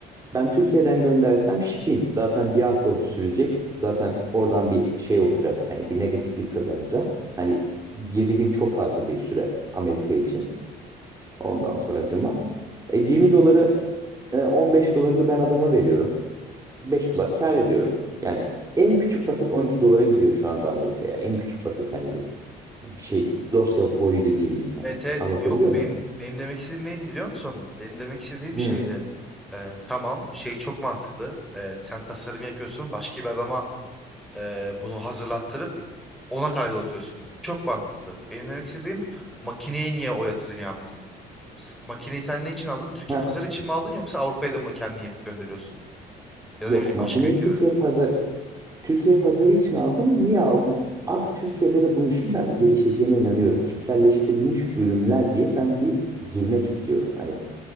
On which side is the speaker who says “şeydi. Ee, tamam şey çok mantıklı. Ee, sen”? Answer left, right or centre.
Centre